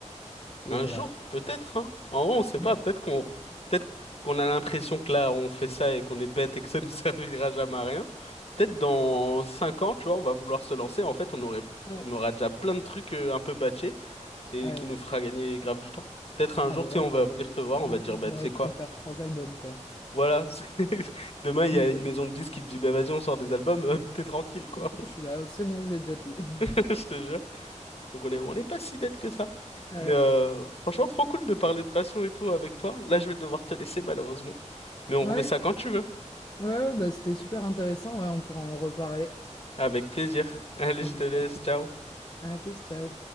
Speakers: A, on the left; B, on the left.
A: Et,
B: Un
A: et voilà.
B: jour, peut-être, hein. En vrai, on sait
A: <laughs>
B: pas. Peut-être qu'on, peut-être qu'on a l'impression que là, on fait ça et qu'on est bête et que ça ne <laughs> servira jamais à rien. Peut-être dans 5 ans, tu vois, on va vouloir se lancer. En fait, on aurait,
A: Ouais.
B: on aura déjà plein de trucs euh, un peu batchés. et
A: Ouais.
B: qui nous fera gagner grave du temps. Peut-être un
A: Ah,
B: jour,
A: bah
B: tu
A: là,
B: sais, on
A: j'aurais
B: va venir te voir, on va te dire, bah,
A: j'aurais
B: tu sais
A: de
B: quoi?
A: quoi faire trois albums, quoi.
B: Voilà, <laughs> demain, il
A: Nickel.
B: y a une maison de disques qui te dit, bah, vas-y, on sort des albums, <laughs> euh, t'es tranquille, quoi.
A: <laughs> Je suis là, c'est bon, j'ai déjà tout. <laughs>
B: <laughs> Je te jure. Donc, on est, on est pas si bête que ça.
A: Ouais.
B: Mais euh, franchement, trop cool de parler de passion et tout avec toi. Là, je vais devoir te laisser, malheureusement. Mais on
A: Ouais,
B: remet ça quand tu veux.
A: ouais, ouais, bah, c'était super intéressant. Ouais, on pourra en reparler.
B: Avec plaisir. Allez,
A: Ça
B: je
A: me
B: te laisse.
A: va.
B: Ciao.
A: À plus, ciao.